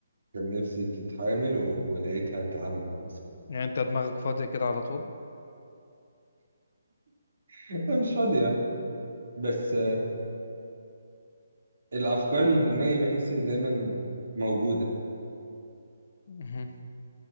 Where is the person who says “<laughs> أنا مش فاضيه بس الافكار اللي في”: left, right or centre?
Right